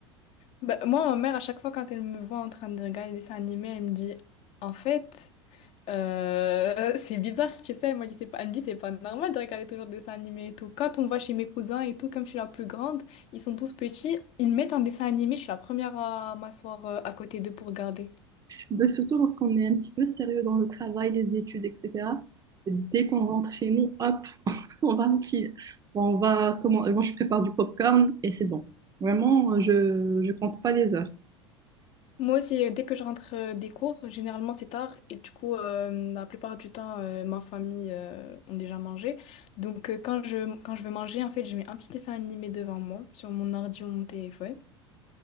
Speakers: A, on the left; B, on the right.
A: Bah, moi, ma mère, à chaque fois, quand elle me voit en train de regarder des dessins animés, elle me dit, en fait, euh, <laughs> c'est bizarre, tu sais, elle m'a dit, c'est pas... elle me dit, c'est pas normal de regarder toujours des dessins animés et tout. Quand on va chez mes cousins et tout, comme je suis la plus grande, ils sont tous petits, ils mettent un dessin animé, je suis la première à m'asseoir euh, à côté d'eux pour regarder.
B: Mais surtout lorsqu'on est un petit peu sérieux dans le travail, les études, etc. Dès qu'on rentre chez nous, hop, <laughs> on va me filer. Bon, On va comment Moi, je prépare du popcorn et c'est bon. Vraiment, je je compte pas les heures.
A: Moi aussi, euh, dès que je rentre euh, des cours, généralement c'est tard et du coup, euh, la plupart du temps, euh, ma famille euh, ont déjà mangé. Donc euh, quand je, quand je veux manger, en fait, je mets un petit dessin animé devant moi, sur mon ordi ou mon téléphone,